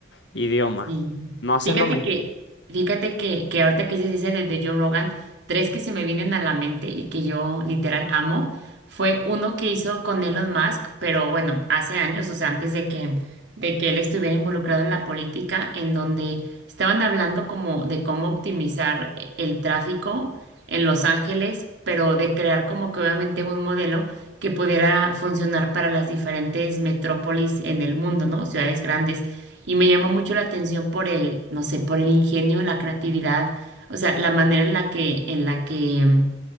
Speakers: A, on the left; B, on the right.
A: idiomas.
B: Sí.
A: ¿No haces
B: Fíjate
A: lo mismo?
B: que, fíjate que, que ahorita que dices ese de, de Joe Rogan, tres que se me vienen a la mente y que yo literal amo, fue uno que hizo con Elon Musk, pero bueno, hace años, o sea, antes de que, de que él estuviera involucrado en la política, en donde estaban hablando como de cómo optimizar e- el tráfico en Los Ángeles, pero de crear como que obviamente un modelo que pudiera funcionar para las diferentes metrópolis en el mundo, ¿no? Ciudades grandes. Y me llamó mucho la atención por el, no sé, por el ingenio, la creatividad, o sea, la manera en la que, en la que mm,